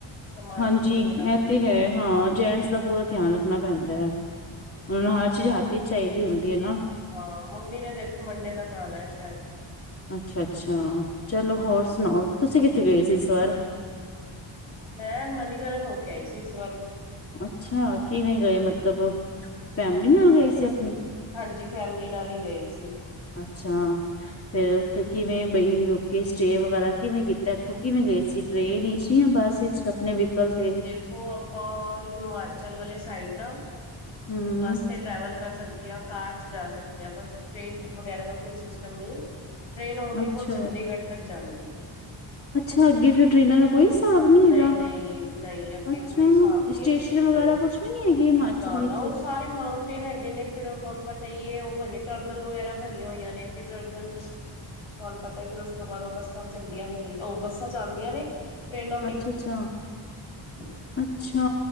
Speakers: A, on the left; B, on the left.
A: ਸਮਾਨ
B: ਹਾਂਜੀ
A: ਸਮੂਨ ਦੇਣਾ ਪੈਂਦਾ
B: ਐ ਤੇ ਹੈ ਹਾਂ ਜੈਂਟਸ ਦਾ ਪੂਰਾ ਧਿਆਨ ਰੱਖਣਾ ਪੈਂਦਾ ਊਨੂੰ ਹਰ ਚੀਜ਼ ਹੱਥ ਵਿੱਚ ਚਾਹੀਦੀ ਹੁੰਦੀ ਹੈ ਨਾ।
A: ਹਾਂ ਮੰਮੀ ਨੇ ਦੇਖੋ ਮੰਡੇ ਦਾ ਆਨਾਏ ਸ਼ੇਦ।
B: ਅੱਛਾ-ਅੱਛਾ, ਚਲੋ ਹੋਰ ਸੁਣਾਓ, ਤੁਸੀਂ ਕਿੱਥੇ ਗਏ ਸੀ ਇਸ ਵਾਰ?
A: ਮੈਂ ਮਨੀਕਰਨ ਹੋ ਕੇ ਆਈ ਸੀ ਇਸ ਵਾਰੀ।
B: ਅੱਛਾ, ਕਿਵੇਂ ਗਏ ਮਤਲਬ ਫੈਮਿਲੀ ਨਾਲ ਗਏ ਸੀ ਆਪਣੀ।
A: ਹਾਂਜੀ ਫੈਮਲੀ ਨਾਲ ਹੀ ਗਏ ਸੀ।
B: ਅੱਛਾ। ਫੇਰ ਉੱਥੇ ਕਿਵੇਂ ਬਈ ਰੁਕੇ ਸਟੇਅ ਵਗੈਰਾ ਕਿਵੇਂ ਕੀਤਾ ਇੱਥੋਂ ਕਿਵੇਂ ਗਏ ਸੀ। ਟ੍ਰੇਨ ਵਿਚ ਜਾਂ ਬੱਸ ਵਿਚ? ਆਪਣੇ ਵਹੀਕਲ ਤੇ
A: ਦੇਖੋ ਆਪਾਂ ਹਿਮਾਚਲ ਵਾਲੇ ਸਾਈਡ ਨਾ
B: ਹੂੰ,
A: ਬੱਸ ਤੇ ਟਰੈਵਿਲ ਕਰ ਸਕਦੇ ਆ, ਕਾਰ ਚ ਜਾ ਸਕਦੇ ਹਾਂ, ਬਸ ਟ੍ਰੇਨ ਵਗੈਰਾ ਦਾ ਕੋਈ ਸਿਸਟਮ ਨੀ ਐ। ਟ੍ਰੇਨ ਓਨਲੀ
B: ਅੱਛਾ।
A: ਫੋਰ ਚੰਡੀਗੜ੍ਹ ਤੱਕ ਜਾਂਦੀ ਏਂ।
B: ਅੱਛਾ ਅੱਗੇ ਫਿਰ ਟ੍ਰੇਨਾ ਕੋਈ ਹਿਸਾਬ ਨੀ ਹੈਗਾ,
A: ਨਹੀਂ- ਨਹੀਂ, ਨਹੀਂ ਅੱਗੇ
B: ਅੱਛਾ
A: ਕੋਈ ਹਿਸਾਬ ਨਹੀਂ
B: ਸਟੇਸ਼ਨ
A: ਟ੍ਰੇਨ
B: ਵਗੈਰਾ ਕੁਛ ਨੀ ਹੈਗੇ ਹਿਮਾਚਲ
A: ਨਾ-
B: ਵਿੱ
A: ਉਹ ਸਾਰੇ ਮਾਊਂਟੇਨ ਹੈਗੇ ਨੇ ਫਿਰ ਉਹ ਤੁਹਾਨੂੰ ਪਤਾ ਈ ਏ ਉਹ ਬਣੇ ਟਰਨਲ ਵਗੈਰਾ ਬਣੀਆਂ ਹੋਈਆਂ ਨੇ ਤੇ ਟਰਨਲ ਤੁਹਾਨੂੰ ਪਤਾ ਫਿਰ ਉਸ ਤੋਂ ਬਾਦ ਉਹ ਬੱਸਾਂ ਚੱਲਦੀਆਂ ਵੀ ਨੀ, ਉਹ ਬੱਸਾਂ ਜਾਂਦੀਆ ਨੇ ਟਰੇਨਾ
B: ਅੱਛਾ-ਅੱਛਾ।
A: <inaudible>
B: ਅੱਛਾ